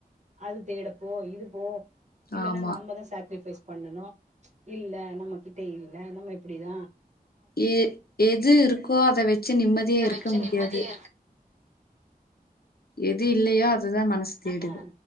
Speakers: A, on the right; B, on the left.
A: அது தேடப்போ இது போ இல்லெனா
B: ஆமா
A: நம்மதான் சாக்ரிஃபைஸ் பண்ணணும் இல்ல நம்மகிட்ட இல்ல நம்ம இப்படிதான்
B: ஏ எது இருக்கோ அத வச்சு நிம்மதியா
A: அத
B: இருக்க
A: வச்சு
B: முடியாது
A: நிம்மதியா இருக்கு
B: எது இல்லையா அது அதுதான் மனசு தேடுது
A: ஆஹா